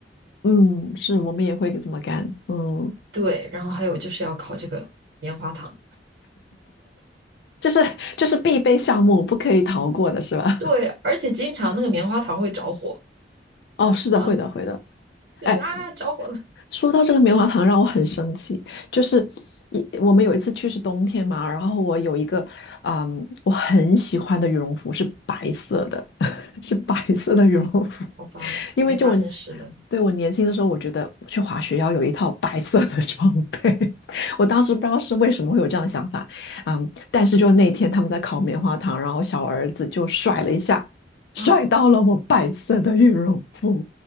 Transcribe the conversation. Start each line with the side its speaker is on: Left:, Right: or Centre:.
Left: 嗯，是我们也会这么干，嗯，
Right: 对，然后还有就是要烤这个棉花糖，
Left: 就是就是必备项目，不可以逃过的是吧？
Right: 对，而且经常那个棉花糖会着火。
Left: <laughs> 哦，是的，
Right: 然后。
Left: 会的，会的。
Right: 对，
Left: 哎。
Right: 就啊着火了。
Left: 说到这个棉花糖，让我很生气。就是一我们有一次去是冬天嘛，然后我有一个，嗯，我很喜欢的羽绒服是白色的，<laughs> 是白色的羽绒服，
Right: 嗯，好吧，
Left: <laughs> 因为就我
Right: 肯定发生事了
Left: 对我年轻的时候，我觉得去滑雪要有一套白色的装备。<laughs> 我当时不知道是为什么会有这样的想法，嗯，但是就那天他们在烤棉花糖，然后小儿子就甩了一下，甩到了我白色的羽绒服，
Right: 啊，